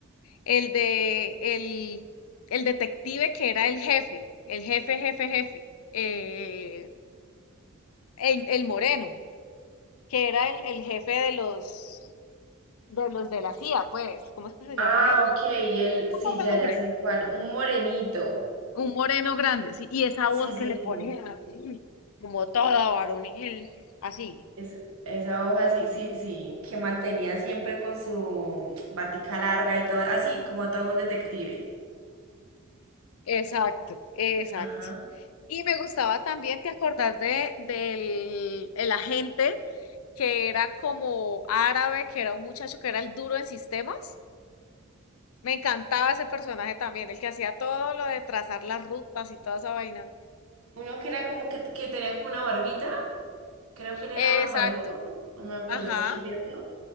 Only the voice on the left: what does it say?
el de el, el detective que era el jefe, el jefe, jefe, jefe, eh, el, el moreno, que era el, el jefe de los de los de la CIA, pues, ¿cómo es que se
llama él?
No me acuerdo
el nombre.
Un moreno grande, sí, y esa
voz que
le ponen
así, como toda varonil, así.
Exacto, exacto.
Y me gustaba también, ¿te acordás de, del el agente que era como árabe, que era un muchacho que era el duro en sistemas? Me encantaba ese personaje también, el que hacía todo lo de trazar las rutas y toda esa vaina.
Exacto,
ajá.